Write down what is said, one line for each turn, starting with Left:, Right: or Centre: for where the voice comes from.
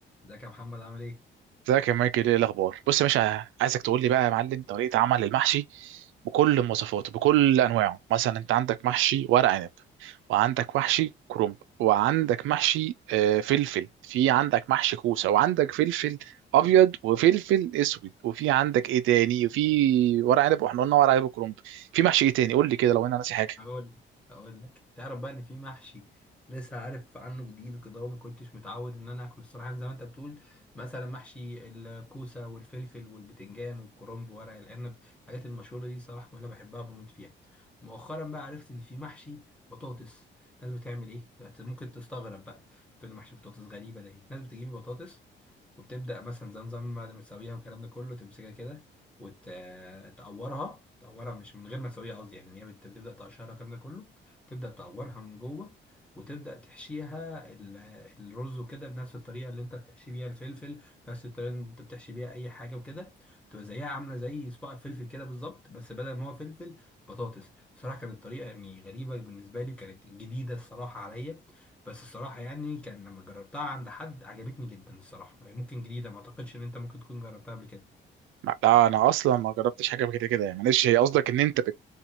Centre: ازيك يا محمد عامل ايه؟
Right: ازيك يا مايكل ايه الاخبار بص يا باشا عايزك تقول لي بقى يا معلم طريقه عمل المحشي بكل مواصفاته بكل انواعه مثلا انت عندك محشي ورق عنب وعندك محشي كرنب وعندك محشي آه، فلفل في عندك محشي كوسه وعندك فلفل ابيض وفلفل اسود وفي عندك ايه تاني وفي ورق عنب واحنا قلنا ورق عنب وكرنب في محشي ايه تاني قول لي كده لو انا ناسي حاجه
Centre: هقول هقول لك تعرف بقى ان في محشي لسه عارف عنه جديد وكده وما كنتش متعود ان انا اكله الصراحه يعني زي ما انت بتقول مثلا محشي الكوسه والفلفل والبتنجان والكرنب وورق العنب الحاجات المشهوره دي صراحه كلها بحبها وبموت فيها مؤخرا بقى عرفت ان في محشي بطاطس الناس بتعمل ايه بت- ممكن تستغرب بقى بتقول لي محشي بطاطس غريبه ده ايه الناس بتجيب بطاطس وبتبدا مثلا زي نظام بعد ما تسويها والكلام ده كله تمسكها كده وتقورها تقورها مش من غير ما تسويها قصدي يعني إن هي بت- بتبدا تقشرها الكلام ده كله تبدا تقورها من جوه وتبدا تحشيها ال- الرز وكده بنفس الطريقه اللي انت بتحشي بيها الفلفل نفس الطريقه اللي انت بتحشي بيها اي حاجه وكده تبقى زيها عامله زي صباع الفلفل كده بالظبط بس بدل ما هو فلفل بطاطس صراحه كانت الطريقه يعني غريبه بالنسبه لي وكانت جديده الصراحه عليا بس الصراحه يعني كان لما جربتها عند حد عجبتني جدا الصراحه يعني ممكن جديده ما اعتقدش ان انت ممكن تكون جربتها قبل كده
Right: ما- لا انا اصلا ما جربتش حاجه كده كده يعني معلش هي قصدك ان انت بت...